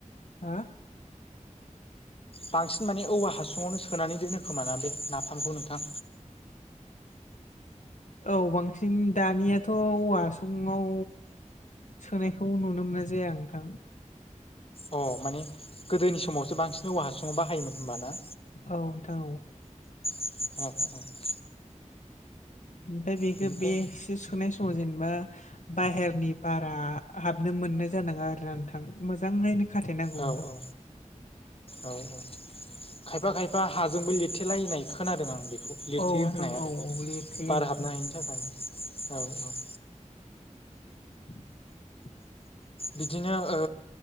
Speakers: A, on the left (about 75°); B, on the left (about 45°).
A: हो
B: बांसिन माने औवा हासुङावनो सोनानै दोनो खोमाना बे नाफामखौ नोंथां?
A: औ बांसिन दानियाथ' औवा हासुङाव सोनायखौ नुनो मोनाय जाया नोंथां
B: अ माने गोदोनि समावसो बांसिन औवा हासुङाव बाहायोमोन होमबाना?
A: औ नोंथां औ
B: औ
A: दा बेबो
B: बेनिफ्राय
A: बे सोनाय समाव जेनेबा बाहेरनि बारा हाबनो मोननाय जानाङा आरोना नोंथां मोजाङैनो खाथेनांगौ
B: औ
A: नोंथां
B: औ औ औ खायफा खायफा हाजोंबो लिरथेलायनाय खोनादों आं बेखौ लिरथिोयो
A: औ नोंथां
B: होननाय आरो
A: औ औ लिरथेयो
B: बार
A: नोंथां
B: हाबनो हायिनि थाखाय औ औ
A: <inaudible>
B: बिदिनो ओ